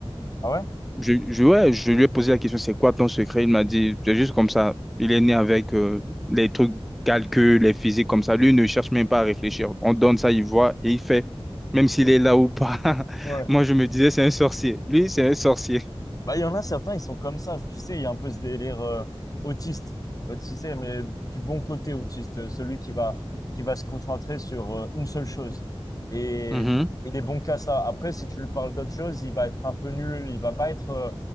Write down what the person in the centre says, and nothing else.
Je, je, ouais, je lui ai posé la question, c'est quoi ton secret? Il m'a dit, c'est juste comme ça. Il est né avec euh, les trucs calculs, les physiques comme ça. Lui ne cherche même pas à réfléchir. On donne ça, il voit et il fait, même s'il est là ou pas. <laughs>
Moi, je me disais, c'est un sorcier. Lui, c'est un sorcier.
Mhm.